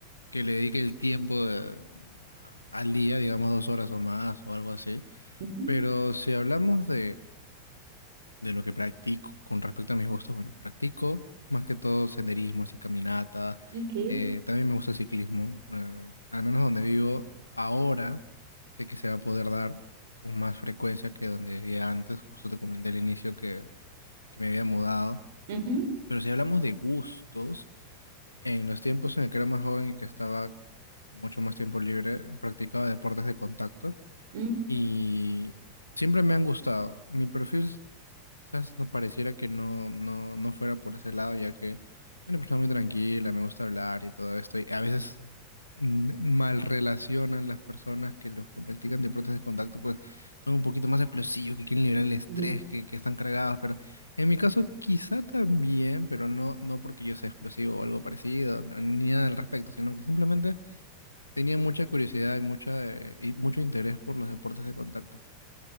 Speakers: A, on the left; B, on the right.
A: que le dedique el tiempo de- al día, digamos dos horas o más o algo así.
B: ujú,
A: Pero si hablamos de de lo que practico con respecto a mis gustos, bueno, practico más que todo senderismo, así caminata,
B: ok,
A: eh, también me gusta el ciclismo, eh, al menos donde vivo ahora sé que se va a poder dar con más frecuencia que donde vivía antes, justo te comenté al inicio que, que me había mudado,
B: ujú,
A: pero si hablamos de gustos, en los tiempos en el que era más joven y que estaba con mucho más tiempo libre, practicaba deportes de contacto
B: mm,
A: y siempre me han gustado. Mi perfil quizás no pareciera que no, no, no fuera por ese lado, ya que soy una persona muy tranquila, me gusta hablar y todo esto, y a veces mm, mal relacionan las personas que los que practican deportes de contacto, pues son un poquito más explosivos, que quieren liberar el estrés,
B: ujú,
A: que, que están cargados, pero en mi caso quizá también, pero no, no porque yo sea explosivo o algo parecido, no- ni nada al respecto, sino que simplemente... Tenía mucha curiosidad y, mucha, eh, y mucho interés por los deportes de contacto.